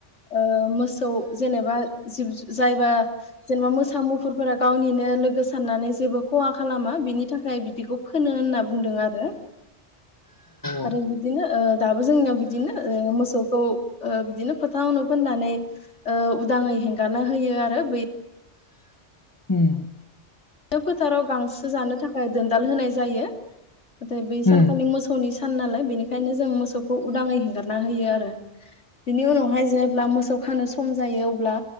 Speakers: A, on the left; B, on the left.
A: ओ मोसौ जेनेबा जिब जायबा जेनेबा मोसा मुफुरफोरा गावनिनो लोगो साननानै जेबो खहा खालामा बिनि थाखाय बिदिखौ फोनो होनना बुंदों आरो
B: औ
A: आरो बिदिनो दाबो जोंनियाव बिदिनो मोसौ खौ बिदिनो फोथावनो फोननानै उदाङै हेंगारना होयो आरो बै
B: उम
A: बे फोथाराव गांसो जानो थाखाय दोनदाल होनाय जायो। नाथाय बै सानखालि
B: उम
A: मोसौनि सान नालाय बेनिखायनो जों मोसौखौ उदाङै हेंगारना होयो आरो बिनि उनावहाय जेब्ला मोसौ खानो सम जायो अब्ला